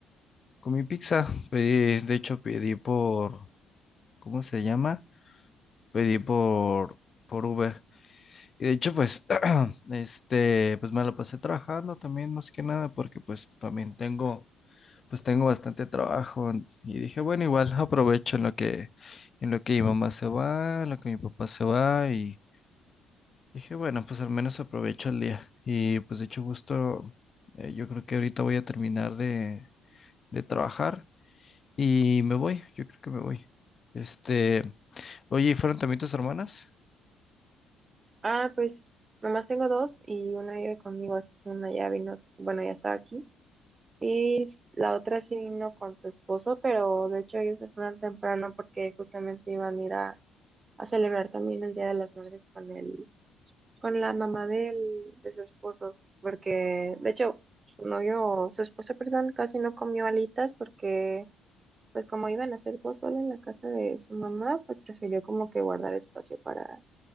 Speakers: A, on the left; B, on the right.
A: Comí pizza, pedí, de hecho pedí por, ¿cómo se llama? Pedí por, por Uber. Y de hecho, pues, <clears throat> este, pues me la pasé trabajando también más que nada, porque pues también tengo, pues tengo bastante trabajo. Y dije, bueno, igual <laughs> aprovecho en lo que, en lo que mi mamá se va, en lo que mi papá se va, y dije, bueno, pues al menos aprovecho el día. Y pues de hecho, justo, eh, yo creo que ahorita voy a terminar de, de trabajar. Y me voy, yo creo que me voy. Este, oye, ¿y fueron también tus hermanas?
B: Ah, pues nomás tengo dos y una vive conmigo, así que una ya vino, bueno, ya estaba aquí. Y s- la otra sí vino con su esposo, pero de hecho ellos se fueron temprano porque justamente iban a ir a a celebrar también el Día de las Madres con el, con la mamá del, de su esposo, porque de hecho su novio, su esposo, perdón, casi no comió alitas porque pues como iban a hacer pozole en la casa de su mamá, pues prefirió como que guardar espacio para,